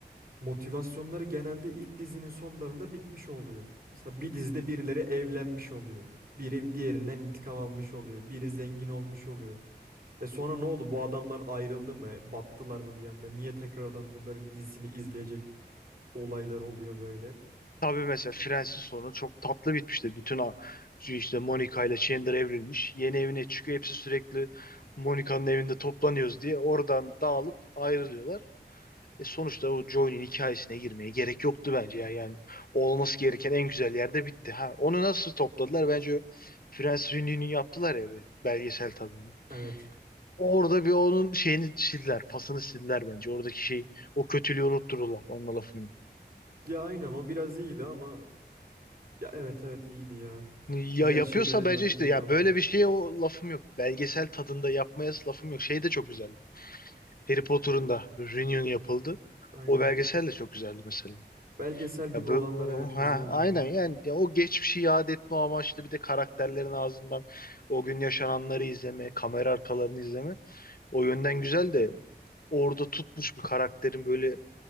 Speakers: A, on the right (about 55°); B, on the left (about 55°).
A: motivasyonları genelde ilk dizinin sonlarında bitmiş oluyor. Mesela bir dizide birileri evlenmiş oluyor. Biri diğerinden intikam almış oluyor. Biri zengin olmuş oluyor. E sonra ne oldu? Bu adamlar ayrıldı mı? Battılar mı bir anda? Niye tekrardan bunların dizisini izleyecek olaylar oluyor böyle?
B: Tabii mesela Friends'in sonu çok tatlı bitmişti. Bütün a- işte Monica ile Chandler evrilmiş. Yeni evine çıkıyor. Hepsi sürekli Monica'nın evinde toplanıyoruz diye. Oradan dağılıp ayrılıyorlar. E sonuçta o John'un hikayesine girmeye gerek yoktu bence ya. Yani olması gereken en güzel yerde bitti. Ha, onu nasıl topladılar? Bence Prens Rini'nin yaptılar ya bir belgesel tadında.
A: Evet.
B: Orada bir onun şeyini sildiler, pasını sildiler bence. Oradaki şey, o kötülüğü unuttururlar. Onunla lafım yok.
A: Ya aynen o biraz iyiydi ama ya evet evet iyiydi ya.
B: Ya
A: Diğer
B: yapıyorsa
A: şeylere
B: bence
A: göre
B: işte
A: iyi
B: ya
A: kalıyor.
B: böyle bir şeye o lafım yok. Belgesel tadında yapmaya lafım yok. Şey de çok güzeldi. Harry Potter'ın da reunion yapıldı.
A: Aynen.
B: O belgesel de çok güzeldi mesela.
A: Belgesel gibi
B: Ya bu,
A: olanlar
B: bu-
A: evet
B: ha,
A: güzel oluyor.
B: aynen yani ya o geçmişi yad etme amaçlı bir de karakterlerin ağzından o gün yaşananları izleme, kamera arkalarını izleme. O yönden güzel de orada tutmuş bir karakterin böyle